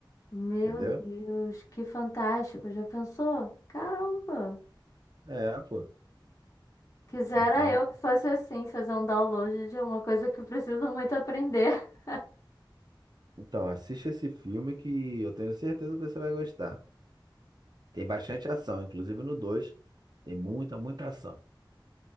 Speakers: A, on the left; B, on the right.
A: Meu
B: Entendeu?
A: Deus, que fantástico. Já pensou? Caramba.
B: É, pô.
A: Quisera
B: Então.
A: eu que fosse assim, fazer um download de uma coisa que eu preciso muito aprender. <laughs>
B: Então, assiste esse filme que eu tenho certeza que você vai gostar. Tem bastante ação, inclusive no dois Tem muita, muita ação.